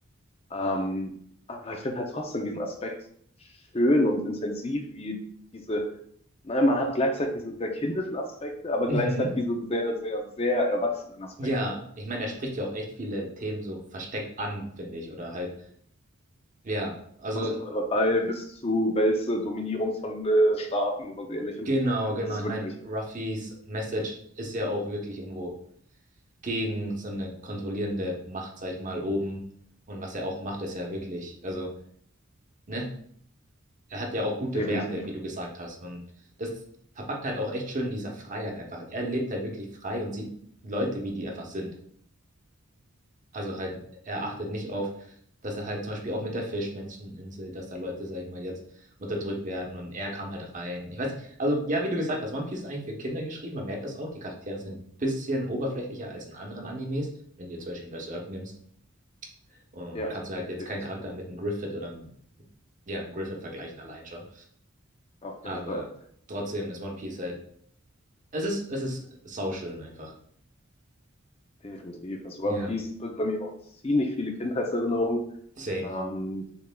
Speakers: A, on the left; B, on the right.
A: Ähm, aber ich finde halt trotzdem diesen Aspekt schön und intensiv, wie diese, nein, man hat gleichzeitig diese sehr kindischen Aspekte, aber
B: Mhm.
A: gleichzeitig diese sehr, sehr, sehr erwachsenen Aspekte.
B: Ja, ich meine, er spricht ja auch echt viele Themen so versteckt an, finde ich. Oder halt, ja. Also
A: Von Sklaverei bis zu Wälze, Dominierung von äh, Staaten und ähnlichem.
B: Genau, genau.
A: Das ist
B: Ich
A: wirklich
B: meine, Ruffys Message ist ja auch wirklich irgendwo gegen so eine kontrollierende Macht, sag ich mal, oben. Und was er auch macht, ist ja wirklich, also, ne? Er hat ja auch gute
A: definitiv.
B: Werte, wie du gesagt hast. Und das verpackt halt auch echt schön in dieser Freiheit einfach. Er lebt halt wirklich frei und sieht Leute, wie die einfach sind. Also halt, er
A: Mhm.
B: achtet nicht auf, dass er halt zum Beispiel auch mit der Fischmenscheninsel, dass da Leute, sag ich mal, jetzt unterdrückt werden und er kam halt rein. Ich weiß nicht, also ja, wie du gesagt hast, One Piece ist eigentlich für Kinder geschrieben, man merkt das auch, die Charaktere sind ein bisschen oberflächlicher als in anderen Animes, wenn du jetzt zum Beispiel Berserk nimmst und
A: Ja,
B: kannst du halt jetzt
A: definitiv.
B: keinen Charakter mit einem Griffith oder einem- ja, einem Griffith vergleichen allein schon,
A: Auf
B: aber
A: keinen Fall.
B: trotzdem ist One Piece halt, es ist, es ist sauschön einfach.
A: Definitiv. Also
B: Ja,
A: One Piece birgt bei mir noch ziemlich viele Kindheitserinnerungen.
B: same.
A: Ähm,